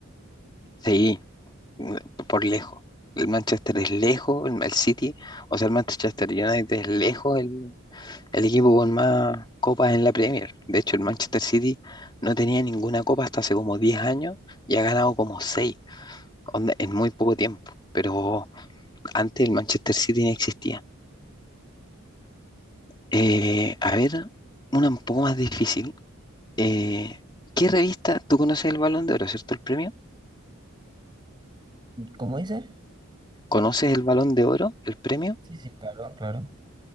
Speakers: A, on the left; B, on the right.
A: Sí, mm, por lejos. El Manchester es lejos, el el City, o sea, el Manchester United es lejos, el el equipo con más copas en la Premier. De hecho, el Manchester City no tenía ninguna copa hasta hace como 10 años y ha ganado como 6, en muy poco tiempo. Pero antes el Manchester City no existía. Eh, a ver, una un poco más difícil. Eh, ¿qué revista? Tú conoces el Balón de Oro, ¿cierto? El premio.
B: ¿Cómo dice?
A: ¿Conoces el Balón de Oro, el premio?
B: Sí, sí, claro, claro.